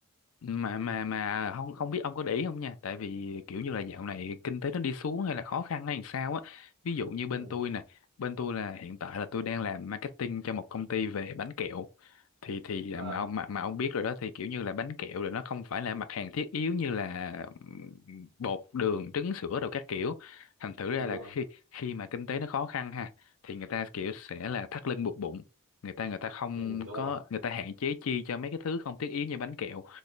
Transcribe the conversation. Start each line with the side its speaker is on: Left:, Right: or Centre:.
Left: mà mà mà không không biết ông có để ý không nha tại vì kiểu như là dạo này kinh tế nó đi xuống hay là khó khăn hay làm sao á ví dụ như bên
Right: ừ.
Left: tôi nè bên tôi là hiện tại là tôi đang làm marketing cho một công ty về bánh kẹo thì thì
Right: Ờ,
Left: à, mà ông mà, mà ông biết rồi đó thì kiểu như là bánh kẹo rồi nó không phải là mặt hàng thiết yếu như là ừm, bột đường trứng sữa đồ các kiểu thành thử ra
Right: đúng
Left: là
Right: rồi
Left: khi khi mà kinh tế nó khó khăn ha thì người ta kiểu sẽ là thắt lưng buộc bụng người ta người ta không
Right: ừ, đúng
Left: có
Right: rồi
Left: người ta hạn chế chi cho mấy cái thứ không thiết yếu như bánh kẹo